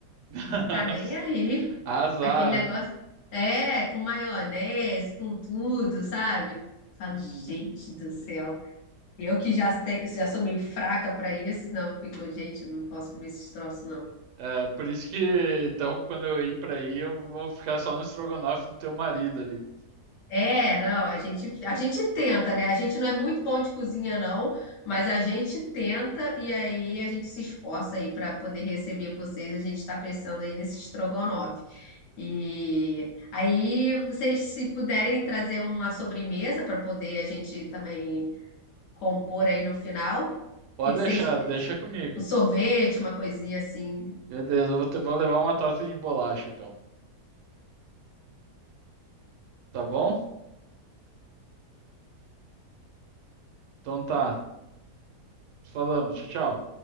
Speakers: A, on the right; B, on the left.
A: <laughs>
B: tá nem aí.
A: Azar.
B: Aquele negócio, é, com maionese, com tudo, sabe? Falo,
A: Uhum.
B: gente do céu. Eu que já, te- já sou meio fraca pra isso, não, eu fico, gente, eu não posso comer esses troços,
A: É, por isso que, então, quando eu ir pra aí, eu vou ficar só no estrogonofe do teu marido ali.
B: É, não, a gente, a gente tenta, né? A gente não é muito bom de cozinha, não, mas a gente tenta e aí a gente se esforça aí para poder receber vocês. A gente está pensando aí nesse estrogonofe. E aí, vocês, se puderem trazer uma sobremesa para poder a gente também compor aí no final, o
A: Pode
B: que que
A: deixar,
B: vocês.
A: deixa comigo.
B: Um sorvete, uma coisinha assim
A: Beleza, eu vou, te- vou levar uma torta de bolacha, então. Tá bom? Então tá. Falamos. Tchau, tchau.